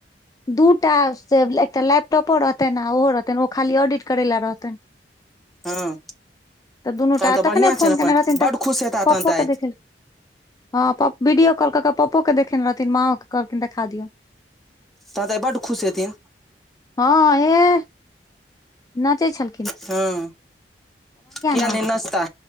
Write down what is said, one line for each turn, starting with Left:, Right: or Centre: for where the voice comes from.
Left: दू टा से एकटा लैपटॉपो रहतैन, आ ओहो रहतैन ओ खाली ऑडिट करै लै रहतैन।
Centre: हँ।
Left: तऽ दुनूटा
Centre: तहन
Left: तखने
Centre: बढ़िआँ छनि
Left: फोन
Centre: अपन
Left: केने रहथिन
Centre: बड्ड
Left: तऽ
Centre: खुश हेताह
Left: पप्पो
Centre: तहन तऽ
Left: के
Centre: आइ
Left: देखे हँ प वीडियो कॉल कऽ कऽ पप्पो के देखेने रहथिन, माँओ के कहलखिन देखा दियौन।
Centre: तहन तऽ आय बड खुश हेथिन।
Left: हँ एह नचै छल
Centre: हँ क्या
Left: नाच
Centre: नै नचता